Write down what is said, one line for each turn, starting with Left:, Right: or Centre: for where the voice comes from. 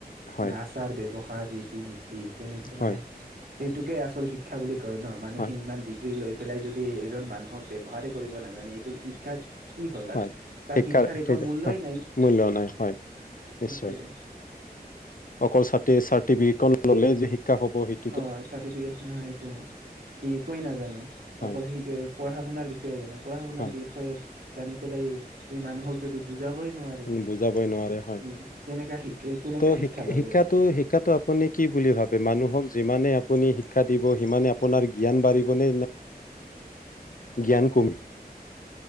Left: হয়
Right: আচ চাৰ ব্যৱহাৰ ৰীতি নীতি তেনেকে
Left: হয়
Right: মানে সেইটোকেই আচল শিক্ শিক্ষা বুলি কয় ন' মানুহে
Left: হয়
Right: ইমান ডিগ্ৰী লৈ পেলাই যদি এজন মানুহক ব্যৱহাৰেই কৰিব নাজানে এইটো শি শিক্ষা কি হ'ল আৰু
Left: হয়
Right: তাৰ শিক্ষাৰ একো।
Left: সেই-
Right: একো মূল্যই
Left: হয়,
Right: নাই সেইটোৱেই।
Left: মূল্য নাই হয় নিশ্চয় অকল ছাত্ৰীয়ে চাৰ্টিফিকেটখন ল'লেই যে শিক্ষা হ'ব সেইট
Right: অ', চাৰ্টিফিকেট অ সেইটোৱেই সি একোৱে নাজানে
Left: হয়
Right: অকল সি পঢ়া শুনা বিষয় যেনেবা পঢ়া শুনা
Left: হয়
Right: বিষয় জানিয়ে পেলাই ই মানুহক যদি বুজাবেই নোৱাৰে
Left: উম, বুজাবই নোৱাৰে হয়
Right: সি কেনেকে শিকে কেনেকা
Left: তো শিক-
Right: শিক্ষা ললে
Left: শিক্ষাটো
Right: সি
Left: শিক্ষাটো আপুনি কি বুলি ভাবে মানুহক যিমানে আপুনি শিক্ষা দিব সিমানে আপোনাৰ জ্ঞান বাঢ়িব নে। জ্ঞান কমিব